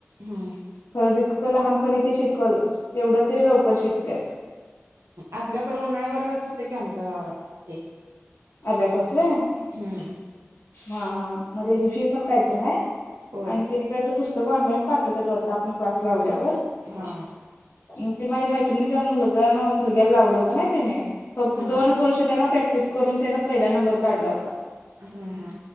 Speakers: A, on the right (about 70°); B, on the left (about 55°).
A: हम्म
B: खरं जीतकं लहानपणी ते शिकल तेवढं ते लवकर शिकत्यात.
A: आपल्याकड उन्हाळी वर्गात होत कि आमच्या गावाला ते
B: अबॅकस होय.
A: हम्म
B: हा हा मग त्याची फी पण काहीतर हाय.
A: होय
B: आणि त्याने काहीतर पुस्तक ऑनलाईन पाठवतात वाढत. आपण क्लास लावल्यावर
A: हा
B: मग ते माझ्या मैत्रिणीच्या मुलग्यांन मुलग्याला लावलं होत नई त्यानी. फक्त
A: हा
B: दोनच वर्ष त्यांना प्रॅक्टिस करून त्यान पहिला नंबर काढला होता.
A: हा. हा.